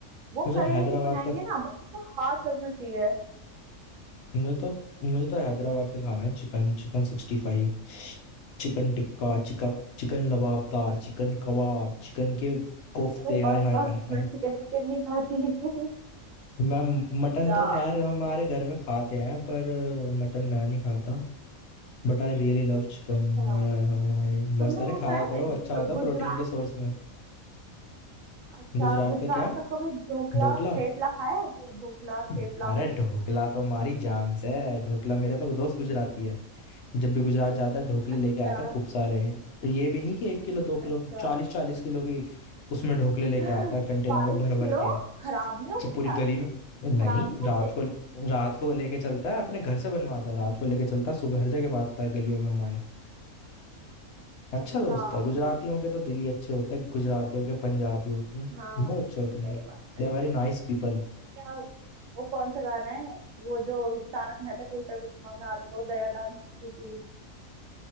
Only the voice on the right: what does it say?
वो
करेले
भी बनाएंगे
ना बस उनका हाथ लगना चाहिए
अरे बस
बस
मैं चिकन विकन नहीं खाती <laughs>
अच्छा
अच्छा
तुमने
वो
खाया
है
गुजरात
अच्छा
गुजरात
का कभी ढोकला
और थेपला खाया है ढो- ढोकला थेपला
अच्छा
अच्छा
चालीस
किलो
खराब नहीं होते
क्या
खराब नहीं होते
अच्छा
हाँ
सही
बात है
क्या वो कौन सा गाना है वो जो तारक मेहता का उल्टा चश्मा में आता था वो दया डांस करती थी